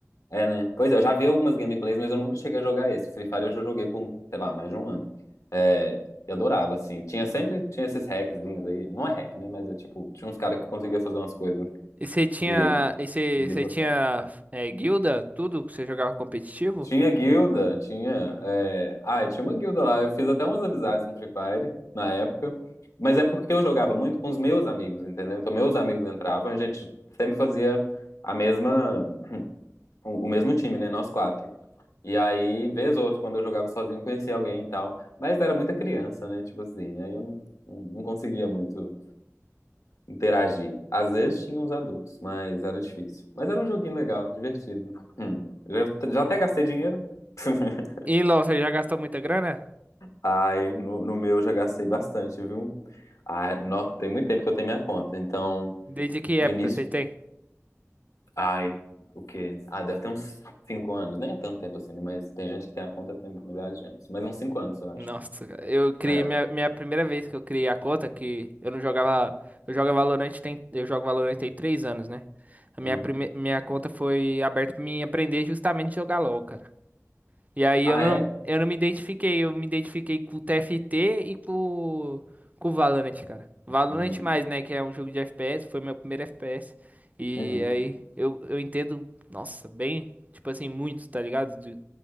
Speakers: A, on the left; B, on the right.
A: É, né? Pois é, eu já vi algumas gameplays, mas eu nunca cheguei a jogar esse. Free Fire eu já joguei por, sei lá, mais de um ano. É, e adorava, assim. Tinha sempre, tinha esses hackzinhos aí. Não é hack, né? Mas é tipo, tinha uns caras que conseguiam fazer umas coisas
B: E você tinha,
A: que
B: e você,
A: ninguém
B: você
A: consegue.
B: tinha é, guilda, tudo que você jogava competitivo?
A: Tinha guilda, tinha. é, Ah, tinha uma guilda lá. Eu fiz até umas amizades no Free Fire na época. Mas é porque eu jogava muito com os meus amigos, entendeu? Então, meus amigos entravam, a gente sempre fazia a mesma, o o mesmo time, né? Nós quatro. E aí, vez ou outra, quando eu jogava sozinho, eu conhecia alguém e tal. Mas era muita criança, né? Tipo assim, aí eu não, não não conseguia muito interagir. Às vezes tinha uns adultos, mas era difícil. Mas era um joguinho legal, divertido. Hum. Já, já até gastei dinheiro. <laughs>
B: E LoL, você já gastou muita grana?
A: Ai, no, no meu eu já gastei bastante, viu? Ai, nó, tem muito tempo que eu tenho minha conta. Então,
B: Desde que
A: no
B: época
A: início,
B: você tem?
A: ai, o quê? Ah, deve ter uns cinco anos. Nem é tanto tempo assim, né? Mas tem gente que tem a conta tem milhares de anos. Mas uns cinco anos, eu acho.
B: Nossa, cara, eu criei
A: É.
B: minha, minha primeira vez que eu criei a conta, que eu não jogava. Eu jogo Valorant tem, eu jogo Valorant tem três anos, né? A minha,
A: Uhum.
B: prime, minha conta foi aberta pra mim aprender justamente a jogar LOL, cara. E aí
A: Ah,
B: eu não,
A: é?
B: eu não me identifiquei, eu me identifiquei com o TFT e com, com o Valorant, cara. Valorant
A: Uhum.
B: mais, né? Que é um jogo de FPS, foi meu primeiro FPS. E
A: Uhum.
B: aí eu, eu entendo, nossa, bem, tipo assim, muito, tá ligado? De-